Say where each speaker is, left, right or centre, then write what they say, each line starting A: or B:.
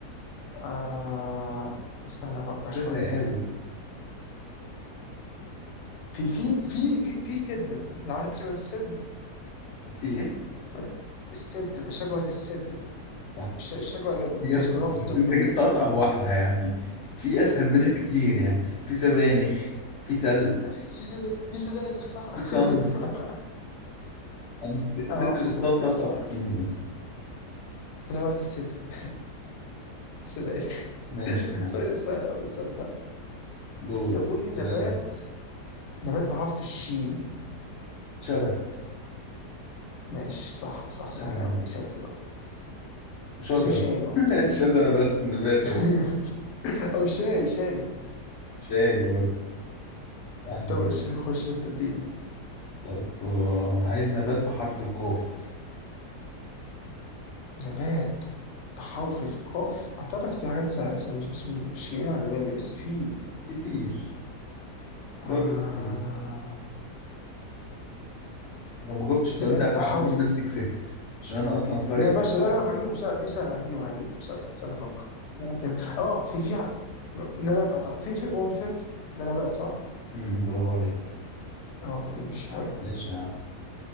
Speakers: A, on the left; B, on the left.
A: آه استنى أفكر شوية
B: سهلة
A: يعني
B: قوي
A: في في في في في سدر عارف أنت شجرة السدر؟
B: في ايه
A: ما- السدر شجرة السدر
B: صح
A: الش- الشجرة اللي
B: هي
A: بيستخدموها
B: صح
A: في
B: بس
A: الطب
B: انت
A: ال...
B: جبت اصعب واحدة يعني في اسهل منها كتير يعني في سبانخ في سلق
A: في سب... في سبانخ صح؟
B: في
A: <laughs>
B: صمت يعني الس- صدر
A: أنا ما أعرفش الصوت
B: والصمت
A: ده
B: اصعب
A: صح
B: اتنين مثلا
A: أنا رحت السدر <laughs> سبانخ
B: ماشي يعني
A: سبانخ سهلة أوي صدق
B: دورك
A: طب قول
B: سؤالك
A: لي نبات نبات بحرف الشين
B: شبت
A: ماشي صح صح سهل
B: سهلة
A: أوي
B: دي.
A: دي شاطر بقى
B: شجرة
A: وفي شاي برضه
B: <laughs> شجرة بس نبات
A: <laughs>
B: اهو
A: أو شاي شاي
B: شاي برضه سهلة
A: طب
B: دي.
A: ماشي خش أنت اديني
B: طب آه، عايز نبات بحرف القاف
A: نبات بحرف القاف أعتقد في حاجات سهلة بس أنا مش مش مش جايين على بالي بس في
B: كتير برضه
A: آه...
B: كتير لو ما جبتش السؤال
A: نبات
B: ده
A: بحرف
B: اعتبر نفسي كسبت عشان انا اصلا فارق
A: لا يا
B: في
A: باشا
B: واحد
A: لا لا هجيبه سهل في سهل هجيبه هجيبه سهل سهل أفكر ممكن اه في في ح- نبات أعتقد في في قرنفل ده نبات صح؟
B: امم برافو عليك
A: اه قرنفل مش حلو
B: ماشي يا عم